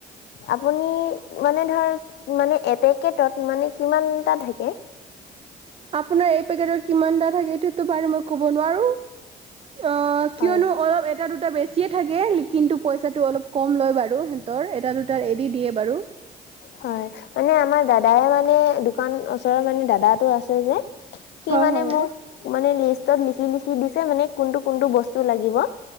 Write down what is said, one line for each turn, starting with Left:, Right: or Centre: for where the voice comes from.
Left: আপুনি মানে ধৰ মানে এপেকটত মানে কিমান এটা থাকে।
Right: আপোনাৰ এই পেকেটৰ কিমানটা থাকে এইটো টো বাৰো মই ক'ব নোৱাৰো, অ
Left: হয়।
Right: কিয়নো অলপ এটা দুট টা বেছিয়ে থাকে কিন্তু পইচাটো অলপ কম লয় বাৰু সিহঁতৰ এটা দুটা এৰি দিয়ে বাৰু।
Left: হয় মানে আমাৰ দাদাই মানে দোকান ওচৰৰ মানে দাদাটো আছে যে। সি
Right: হয়
Left: মানে
Right: হয়
Left: মোক মানে লিষ্টত লিখি লিখি দিছে মানে কোনটো কোনটো বস্তু লাগিব।